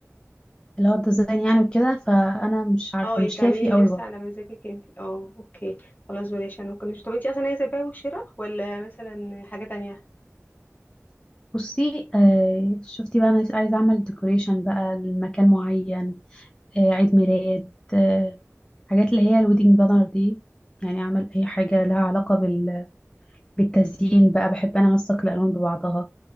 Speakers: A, on the left; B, on the left.
A: اللي هو الديزاين يعني وكده فأنا مش عارفة
B: اه يعني
A: مش
B: تعملي
A: ليا فيه
B: اللبس
A: قوي بقى
B: على مزاجك انتي اه اوكي خلاص بلاش انا ممكن طب انتي اصلا عايزه بيع وشراء ولا مثلا حاجه تانية
A: بصي آه شفتي بقى انا عايزه اعمل ديكوريشن بقى لمكان معين آه عيد ميلاد آه حاجات اللي هي الويدنج بانر دي يعني اعمل اي حاجه لها علاقه بال... بالتزيين بقى بحب انا انسق الالوان ببعضها